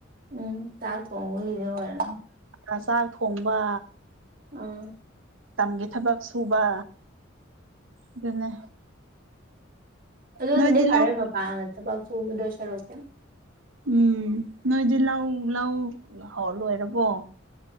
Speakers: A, on the right; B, on the right.
A: ꯎꯝ ꯆꯥꯛ ꯊꯣꯡꯕꯒꯤ ꯑꯣꯏꯔꯝ
B: ꯑ ꯆꯥꯛ ꯊꯣꯡꯕ
A: ꯑꯥ
B: ꯇꯝꯒꯤ ꯊꯕꯛ ꯁꯨꯕ ꯑꯗꯨꯅꯦ
A: ꯑꯗꯨꯅꯗꯤ
B: ꯅꯣꯏꯗꯤ
A: ꯐꯔꯦ
B: ꯂꯧ
A: ꯃꯄꯥꯟꯗ ꯊꯕꯛ ꯁꯨꯒꯗꯨꯏ ꯁꯔꯨꯛꯇꯤ
B: ꯎꯝ ꯅꯣꯏꯗꯤ ꯂꯧ ꯂꯧ ꯍꯧ ꯂꯣꯏꯔꯕꯣ